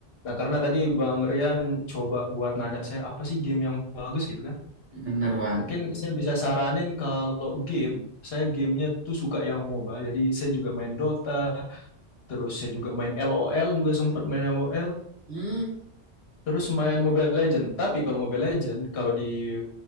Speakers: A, on the left; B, on the right.
A: Nah, karena tadi Bang Rian coba buat nanya saya apa sih game yang bagus gitu kan.
B: bener bang
A: Nah, mungkin saya bisa saranin kalau game, saya gamenya tuh suka yang MOBA. Jadi saya juga main Dota, terus saya juga main LOL juga sempat main LOL.
B: hmm.
A: Terus main Mobile Legend. Tapi kalau Mobile Legend, kalau di